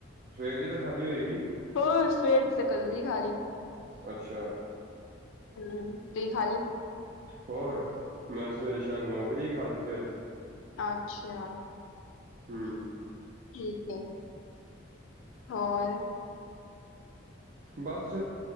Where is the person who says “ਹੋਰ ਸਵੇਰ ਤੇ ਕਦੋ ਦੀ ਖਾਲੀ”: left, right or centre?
Left